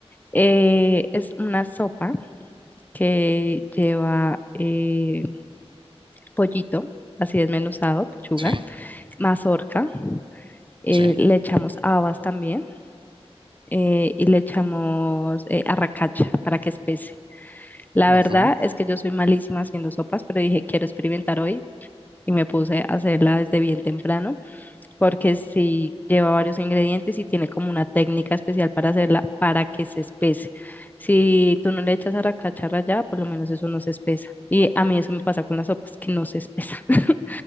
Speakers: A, on the left; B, on the right.
A: Eh, es una sopa que lleva eh, pollito, así desmenuzado, pechuga,
B: Sí,
A: mazorca. eh,
B: sí.
A: le echamos habas también eh, y le echamos eh, arracacha para que espese. La
B: Ujú,
A: verdad es que yo soy malísima haciendo sopas, pero dije, quiero experimentar hoy y me puse a hacerla desde bien temprano porque sí lleva varios ingredientes y tiene como una técnica especial para hacerla para que se espese. Si tú no le echas a la cacharra ya, por lo menos eso no se espesa. Y a mí eso me pasa con las sopas, que no se espesa. <laughs>